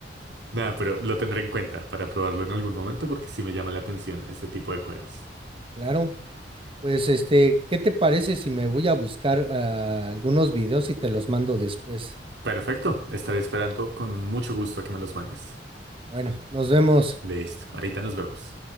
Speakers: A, on the right; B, on the right.
A: nada, pero lo tendré en cuenta para probarlo en algún momento porque sí me llama la atención este tipo de juegos.
B: Claro. Pues este, ¿qué te parece si me voy a buscar ah, algunos videos y te los mando después?
A: Perfecto, estaré esperando con mucho gusto a que me los mandes.
B: Bueno, nos vemos.
A: Listo, ahorita nos vemos.